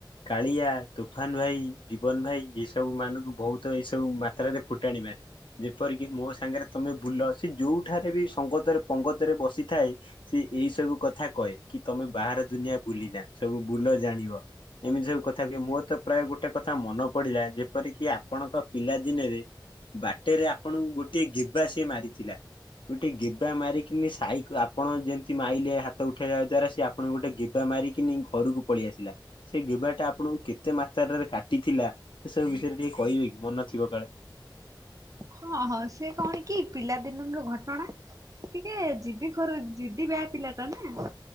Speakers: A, on the left (about 80°); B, on the right (about 40°).
A: କାଳିଆ ତୁଫାନ ଭାଇ ଜୀବନ ଭାଇ ଏଇ ସବୁ ମାନଙ୍କୁ ବହୁତ ଏଇ ସବୁ ମାତ୍ରାରେ ଫୁଟାଣି ମାରେ। ଯେପରିକି ମୋ ସାଙ୍ଗରେ ତମେ ବୁଲ। ସେ ଯୋଉଠାରେ ବି ସଙ୍ଗତରେ ପଙ୍ଗତରେ ବସିଥାଏ। ସେ ଏଇ ସବୁ କଥା କହେ କି ତମେ ବାହାର ଦୁନିଆ ବୁଲି ନା ସବୁ ବୁଲ ଜାଣିବ। ଏମିତି ସବୁ କଥା କୁହେ ମୋର ତ ପ୍ରାୟ ଗୋଟେ କଥା ମନ ପଡିଲା ଯେପରିକି ଆପଣଙ୍କ ପିଲା ଦିନେରେ ବାଟରେ ଆପଣଙ୍କୁ ଗୋଟିଏ ଗିବା ସିଏ ମାରିଥିଲା ଗୋଟେ ଗିବା ମାରିକି କି ସାଇ ଆପଣ ଯେମିତି ମାଇଲେ ହାତ ଉଠେଇବା ଦ୍ଵାରା ସିଏ ଆପଣଙ୍କୁ ଗୋଟେ ଗେବା ମାରିକିନି ଘରକୁ ପଳେଇ ଆସିଲା। ସେ ଗେବାଟା ଆପଣଙ୍କୁ କେତେ ମାତ୍ରାରରେ କାଟିଥିଲା ସେ ସବୁ ବିଷୟରେ ଟିକେ କହିବେ କି ମନେ ଥିବ କାଳେ।
B: ହଁ ହଁ ସେ କଣ କି ପିଲା ଦିନ ରୁ ଘଟଣା। ସେ ଟିକେ ଜିଦି ଖର ଜିଦି ବୟା ପିଲା ଟା ନା